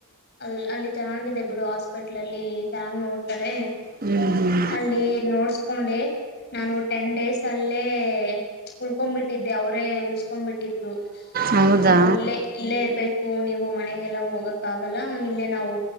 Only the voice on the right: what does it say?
ಹ್ಞೂ ಹ್ಞೂ
ಹೌದಾ